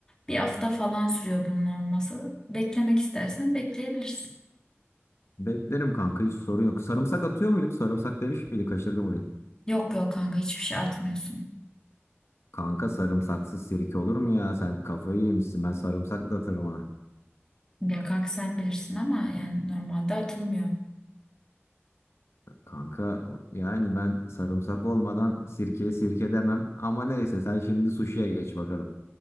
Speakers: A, on the left (about 15°); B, on the left (about 75°).
A: Bir hafta falan sürüyor bunun olması. Beklemek istersen bekleyebilirsin.
B: Beklerim kanka hiç sorun yok. Sarımsak atıyor muyduk? Sarımsak demiş miydi? Kaçırdım orayı.
A: Yok yok kanka hiçbir şey atmıyorsun.
B: Kanka sarımsaksız sirke olur mu ya? Sen kafayı yemişsin. Ben sarımsak da atarım ona.
A: Ya kanka sen bilirsin ama yani normalde atılmıyor.
B: Kanka yani ben sarımsak olmadan sirkeye sirke demem ama neyse sen şimdi suşiye geç bakalım.